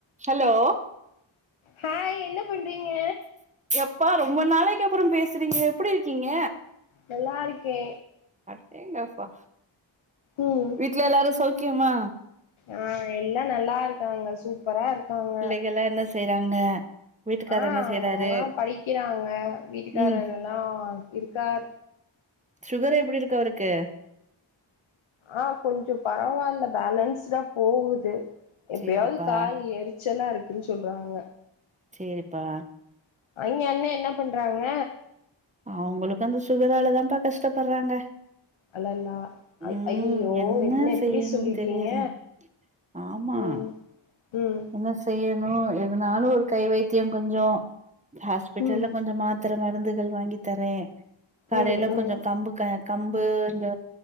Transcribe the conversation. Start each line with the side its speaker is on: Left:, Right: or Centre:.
Right: Hello
Left: hi என்ன பண்றீங்க
Right: எப்பா ரொம்ப நாளைக்கு அப்புறோ பேசுறீங்க எப்டி இருக்கீங்க
Left: நல்லா இருக்கே
Right: அடேங்கப்பா
Left: ம்
Right: வீட்ல எல்லாரு சௌக்கியமா
Left: ஆ எல்லா நல்லா இருக்காங்க சூப்பரா இருக்காங்க
Right: பிள்ளைகள்லா என்ன செய்றாங்க வீட்டுக்காரு
Left: ஆ
Right: என்ன
Left: அவங்கல்லா
Right: செய்றாரு
Left: படிக்கிறாங்க வீட்டுக்காரர்
Right: ம்
Left: எல்லா இருக்கார்
Right: சுகர் எப்டி இருக்கு அவருக்கு
Left: ஆ கொஞ்ச பரவால்ல பேலன்ஸ்டா போகுது எப்பயாவது
Right: சேரிப்பா
Left: கால் எரிச் ச்சலா இருக்குன்னு சொல்றாங்க
Right: செரிப்பா
Left: அங்கே அண்ணே என்ன பண்றாங்க
Right: அவுங்களுக்கு அந்த சுகராலதாப்பா கஷ்டப்படுறாங்க
Left: அல்லல்லா ஐ
Right: ம்
Left: ஐயயோ என்ன இப்புடி
Right: செய்யணுன்
Left: சொல்லிட்டீங்க
Right: தெரியல ஆமா
Left: ம் ம்
Right: என்ன செய்யணு எதுனாலு ஒரு கை வைத்தியோ கொஞ்சோ ஹாஸ்பிட்டல்ல
Left: ம்
Right: கொஞ்ச மாத் த்தர மருந்துகள் வாங்கி தரே காலைல
Left: ம் ம்
Right: கொஞ்சோ
Left: ம்
Right: கம்பு க கம்பு இங்க